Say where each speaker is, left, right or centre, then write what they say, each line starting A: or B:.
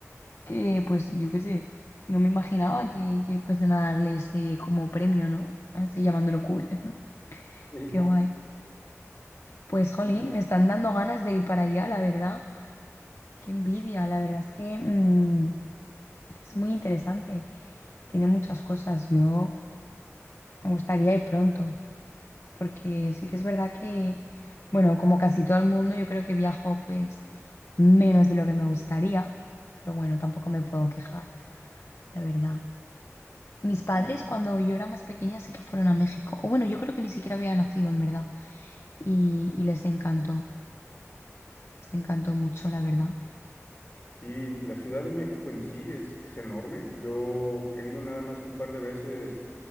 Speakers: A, on the left; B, on the left.
A: que pues, yo qué sé, no me imaginaba que, que fuesen a darles eh, como premio, ¿no? Así llamándolo cool. <laughs>
B: Sí,
A: Qué guay. Pues, jolín,
B: y-
A: me están dando ganas de ir para allá, la verdad. Qué envidia, la verdad es que mm, es muy interesante. Tiene muchas cosas. Yo me gustaría ir pronto. porque sí que es verdad que, bueno, como casi todo el mundo, yo creo que viajo pues menos de lo que me gustaría, pero bueno, tampoco me puedo quejar, la verdad. Mis padres
B: sí,
A: cuando yo era más pequeña sí que fueron a México, o bueno, yo creo que ni siquiera había nacido en verdad, y, y les encantó, les encantó mucho, la verdad.
B: sí, la Ciudad de México en sí es, es enorme. Yo he ido nada más un par de veces,